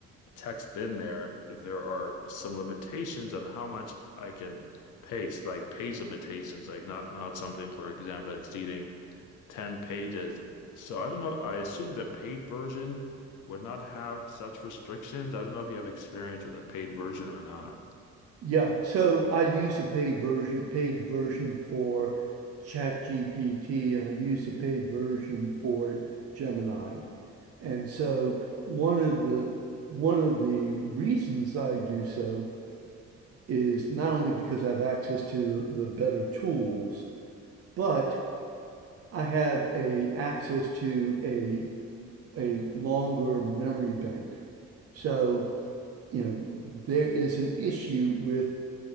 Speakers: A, on the left (about 80°); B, on the right (about 55°).
A: text in there, there are some limitations on how much I can paste, like page limitations, like not not something, for example, exceeding 10 pages. So I don't know, I assume the paid version would not have such restrictions. I don't know if you have experience with the paid version or not.
B: Yeah. So I use the paid version, paid version for ChatGPT and I use the paid version for Gemini. And so one of the one of the reasons I do so is not only because I have access to the, the better tools, but I have a access to a a longer memory bank. So, you know, there is an issue with